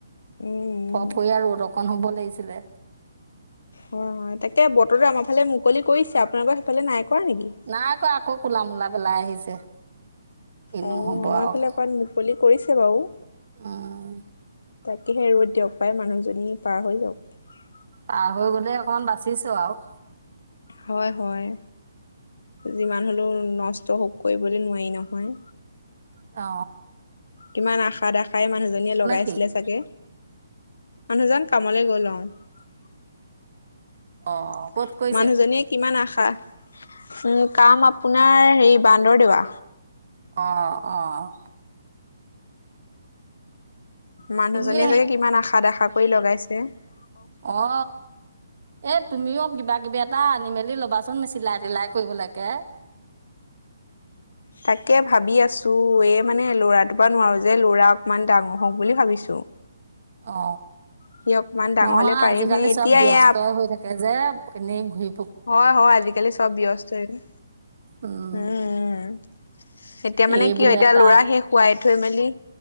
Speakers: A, on the left (about 80°); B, on the right (about 50°).
A: উম উম
B: ফফ হৈ আৰু অৰকন হ'ব। ছিলে।
A: হয় হয় তাকে বতৰো আমাৰ ফালে মু মুকলি কৰিছে আপোনালোকৰ সেইফালে নাই কৰা নেকি
B: নাই কৰা আকৌ কোলা মূলা পেলাই আহিছে। আছে। কিনু
A: অ
B: হ'ব
A: আমাৰ
B: আৰু।
A: ফালে অকমান মুকলি কৰিছে বাৰু।
B: আহ।
A: তাকেহে ৰদ দিয়ক পাই মানুহজনী পাৰ হৈ যাওক।
B: পাৰ হৈ গলে অকমান বাচিছো আৰু।
A: হয় হয় যিমান হ'লেও নষ্ট হ কৰিবলৈ নোৱাৰি নহয়।
B: অ
A: কিমান আশা দেখাই মানুহজনীয়ে লগাইছিলে
B: কি
A: চাগে মানুহজন কামলে গল অ <unintelligible>
B: অঁ ক'ত কৰিছে
A: মানুহজনীয়ে কিমান আশা উম কাম আপোনাৰ হেৰি বান্দৰ দেৱা।
B: অঁ অঁ।
A: মানুহজনীয়ে
B: তুমি
A: চাগে কিমান আশা দেখা কৰি লগাইছে। এ
B: অ এ তুমিও কিবা কিবি এটা আনি মেলি লবাচোন চিলাই তিলাই কৰিবলৈকে
A: তাকে ভাবি আছো এই মানে লৰাটো বা নোৱাৰো যে লৰা অকমান ডাঙৰ হওক বুলি ভাবিছো
B: অ
A: সি অকমান ডাঙৰ
B: নহয়
A: হলে পাৰিমহে
B: আজিকালি
A: এতিয়া
B: চব ব্যস্তই
A: এয়া
B: হৈ থাকে যে কেনে ঘূই
A: হয় হয় আজিকালি চব ব্যস্ত হৈ উম
B: উম
A: উম এতিয়া মানে
B: এই
A: কি
B: বোলে
A: হয় এতিয়া
B: তাত
A: লৰা শেষ শোৱাই থৈ মেলি